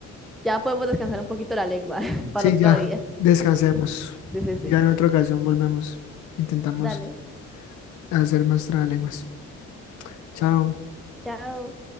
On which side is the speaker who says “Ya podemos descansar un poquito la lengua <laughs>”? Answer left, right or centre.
Centre